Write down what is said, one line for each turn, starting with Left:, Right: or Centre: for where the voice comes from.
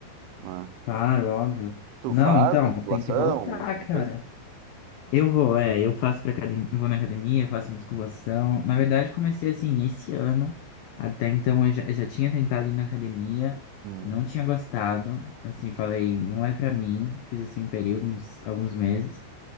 Right: né?
Left: Claro, óbvio.
Right: Tu
Left: Não,
Right: faz
Left: então,
Right: musculação,
Left: tem que voltar,
Right: alguma
Left: cara.
Right: coisa?
Left: Eu vou, é, eu faço pra academia, vou na academia, faço musculação. Na verdade, comecei assim esse ano. Até então eu já, eu já tinha tentado ir na academia,
Right: Hum.
Left: não tinha gostado. Assim, falei, não é pra mim. Fiz assim um período, uns, alguns meses.